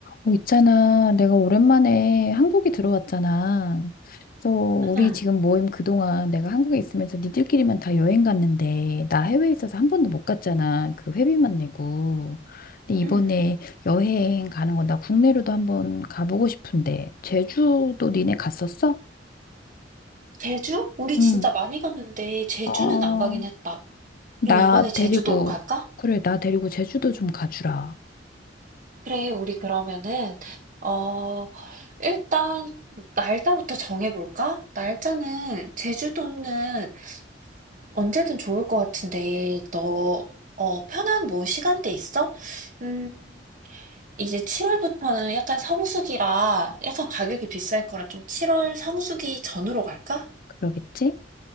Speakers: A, on the left; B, on the right.
A: 어, 있잖아. 내가 오랜만에 한국에 들어왔잖아. 그래서 우리
B: 음.
A: 지금 모임 그동안 내가 한국에 있으면서 니들끼리만 다 여행 갔는데 나 해외에 있어서 한 번도 못 갔잖아. 그 회비만 내고. 근데 이번에
B: 음.
A: 여행 가는 건 나 국내로도 한 번 가보고 싶은데 제주도 니네 갔었어?
B: 제주? 우리 진짜
A: 응.
B: 많이 갔는데 제주는
A: 어,
B: 안 가긴 했다.
A: 나
B: 그럼 이번에 제주도로
A: 데리고
B: 갈까?
A: 그래, 나 데리고 제주도 좀 가주라.
B: 그래, 우리 그러면은 어 일단 날짜부터 정해볼까? 날짜는 제주도는 언제든 좋을 것 같은데 너 어, 편한 뭐 시간대 있어? 음 이제 7월부터는 약간 성수기라 약간 가격이 비쌀 거라 좀 7월 성수기 전으로 갈까?
A: 그러겠지?